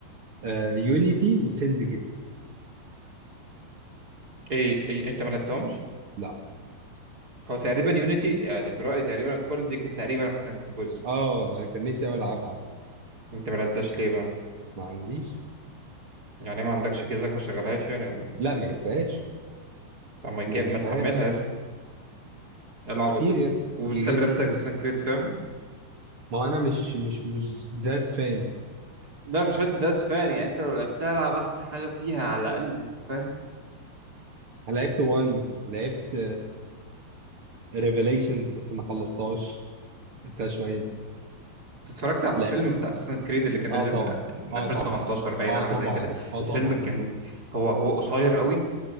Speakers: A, on the right; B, on the right.
A: آه يونيتي وسندكت
B: ايه, إيه؟ انت ما لعبتهمش
A: لا
B: هو تقريبا يونيتي يعني برأيي تقريبا الكل دي كانت تقريبا أحسن جزء
A: اه انا كان نفسي قوي العبها
B: أنت ما لعبتهاش ليه بقى؟
A: ما عنديش
B: يعني ما عندكش جهازك ما شغلهاش يعني ولا إيه؟
A: لا ما جبتهاش
B: طب ما تجيب
A: ما نزلتهاش
B: ما تحملهاش إيه العبط
A: كتير
B: ده
A: يس
B: وبتسمي
A: جيجات
B: نفسك
A: كتير
B: أساسن كريد فاهم؟
A: ما هو انا مش مش مش ذات فان
B: ده مش هادي ده تفاني يعني انت لو لعبتها العب احسن حاجه فيها على الاقل انت فاهم
A: انا لعبت 1 لعبت ريفيليشنز بس ما خلصتهاش انت شويه
B: اتفرجت على
A: لا
B: الفيلم بتاع اساسن كريد اللي كان
A: اه
B: نازل
A: طبعا
B: من من
A: اه
B: 2018
A: طبعا
B: باين
A: اه
B: او
A: طبعا
B: حاجه زي كده
A: اه طبعا
B: الفيلم كان هو هو قصير قوي